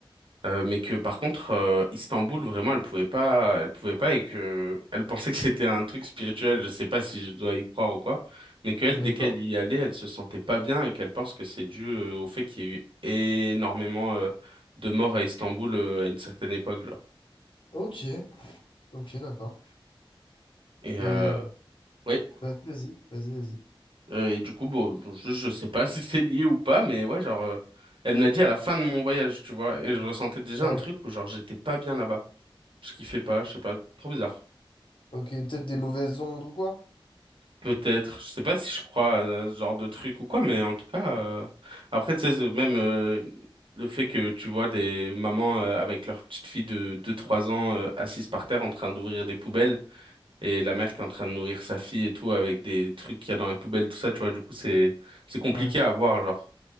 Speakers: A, on the right; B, on the left.
A: Euh, mais que par contre euh, Istanbul vraiment elle pouvait pas elle pouvait pas et que elle pensait que c'était un truc spirituel je sais pas si je dois y croire ou quoi mais qu'elle
B: d'accord.
A: dès qu'elle y allait elle se sentait pas bien et qu'elle pense que c'est dû euh, au fait qu'il y a eu énormément euh, de morts à Istanbul euh, à une certaine époque genre
B: Ok, ok, d'accord.
A: et
B: Et
A: euh,
B: euh,
A: ouais
B: vas-y, vas-y, vas-y,
A: Euh, et du coup bon je, je sais pas <laughs> si c'est lié ou pas mais ouais genre euh, elle me l'a dit à la fin de mon voyage tu vois et je ressentais déjà
B: vas-y.
A: un truc où genre j'étais pas bien là-bas je kiffais pas je sais pas trop bizarre
B: Ok, peut-être des mauvaises ondes ou quoi?
A: Peut-être, je sais pas si je crois à ce genre de truc ou quoi, mais en tout cas, euh, après, tu sais, ce- même euh, le fait que tu vois des mamans euh, avec leur petite fille de, de 3 ans euh, assise par terre en train d'ouvrir des poubelles et la mère qui est en train de nourrir sa fille et tout avec des trucs qu'il y a dans les poubelles, tout ça, tu vois, du coup, c'est c'est compliqué
B: Ouais,
A: à voir, genre.